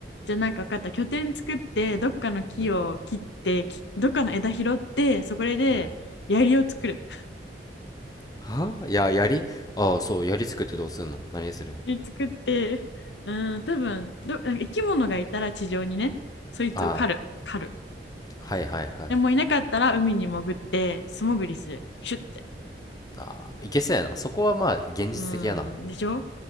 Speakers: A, on the left (about 80°); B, on the left (about 20°).
A: じゃあなんか分かった。拠点作って、どっかの木を切って、
B: うん、
A: きどっかの枝拾って、そこで槍を作る。
B: うん。はいや、やりああ、そう、やり作ってどうすんの何する
A: 槍作って、うん、多分どなんか生き物がいたら地上にね、そいつを狩る。
B: ああ、
A: 狩る。
B: はいはいはい。
A: でもいなかったら海に潜って、素潜りする。シュッて。
B: ああ、いけそうやな。そこはまあ、現実的やな。
A: うん、でしょ